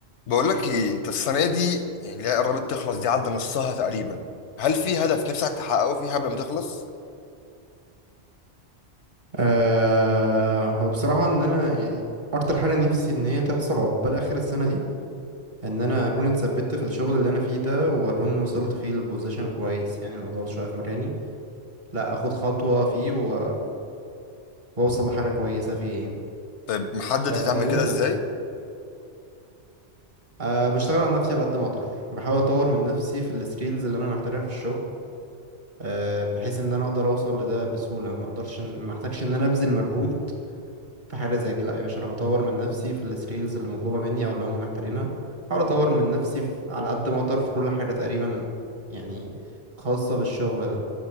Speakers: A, on the left; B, on the right.
A: بقول لك ايه انت السنه دي يعني اللي هي قربت تخلص دي عدى نصها تقريبا هل في هدف نفسك تحققه فيها قبل ما تخلص
B: أه بصراحة إن أنا يعني أكتر حاجة نفسي إن هي تحصل عقبال آخر السنة دي إن أنا أكون اتثبت في الشغل اللي أنا فيه ده وأكون وصلت فيه البوزيشن كويس يعني مفضلش واقف مكاني لأ أخد خطوة فيه و... وأوصل لحاجة كويسة فيه يعني
A: طيب محدد
B: أه
A: هتعمل
B: وأنت
A: كده ازاي
B: أه بشتغل على نفسي على قد ما أقدر بحاول أطور من نفسي في السكيلز اللي أنا محتاجها في الشغل أه بحيث إن أنا أقدر أوصل لده بسهولة ما أقدرش ما أحتاجش إن أنا أبذل مجهود في حاجة زي دي لا يا باشا انا بطور من نفسي في السكيلز اللي مطلوبة مني او اللي هم محتاجينها احاول اطور من نفسي في على قد ما اقدر في كل حاجة تقريبا يعني خاصة بالشغل ده